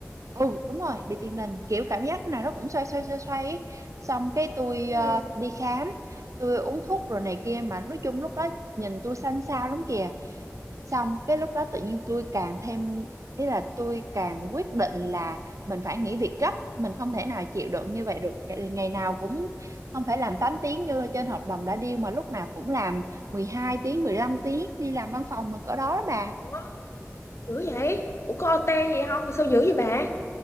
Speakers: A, on the right; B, on the left.
A: ừ đúng rồi bị tiền đình kiểu cảm giác nào nó cũng xoay xoay xoay xoay ấy. xong cái tôi
B: ừ
A: ờ, đi khám tôi uống thuốc rồi này kia mà nói chung lúc đó nhìn tôi xanh xao lắm kìa xong cái lúc đó tự nhiên tôi càng thêm ý là tôi càng quyết định là mình phải nghỉ việc gấp mình không thể nào chịu đựng như vậy được Cái- ngày nào cũng không phải làm 8 tiếng như trên hợp đồng đã deal mà lúc nào cũng làm mười hai tiếng 15 tiếng đi làm văn phòng mà cỡ đó đó bà
B: ủa dữ vậy ủa có OT gì không mà sao dữ vậy bà